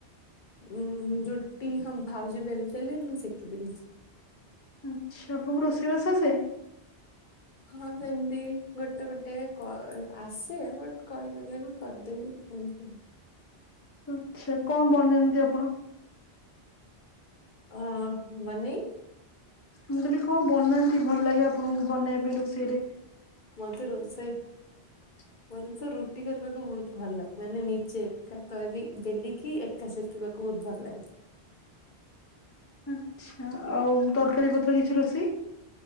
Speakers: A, on the left (about 50°); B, on the left (about 20°).
A: ଉଁ ରୁଟି ହଁ ଭାଉଜ ବେଲି ଦେଲେ ମୁଁ ସେକିଦେଲି।
B: ଆଚ୍ଛା ଆପଣଙ୍କୁ ରୋଷେଇ ବାସ ଆସେ?
A: ହଁ ସେମତି ଗୋଟେ ଗୋଟେ କ ଆସେ ବଟ କହିଦେଲେ ବି କରିଦେବି ଏମତି
B: ଆଛା କଣ ବନାନ୍ତି ଆପଣ?
A: ଆ ମାନେ?
B: ମୁଁ କହିଲି କଣ ବନାନ୍ତି ଭଲ ଲାଗେ ଆପଣଙ୍କୁ ବନେଇବା ପାଇଁ ରୋଷେଇରେ?
A: ମତେ ରୋଷେଇ
B: ହ
A: ମୋତେ ତ ରୁଟି କରିବାକୁ ବହୁତ ଭଲ ଲାଗେ ମାନେ ନିଜେ ଏକା କରି ଦେଲିକି ଏକ କା ଶିଖିବାକୁ ବହୁତ ଭଲ ଲାଗେ।
B: ଆଛା ଆଉ ତରକାରୀ ପତ୍ର କିଛି ରୋଷେଇ?